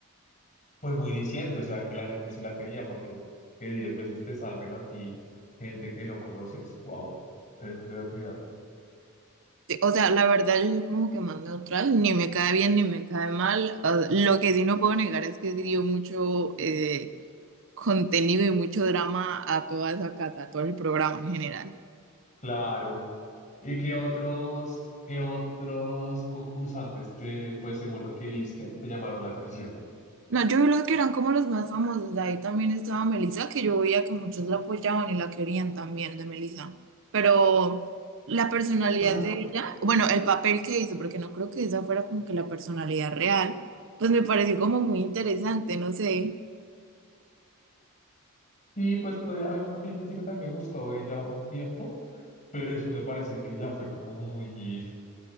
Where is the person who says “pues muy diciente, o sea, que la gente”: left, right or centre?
Left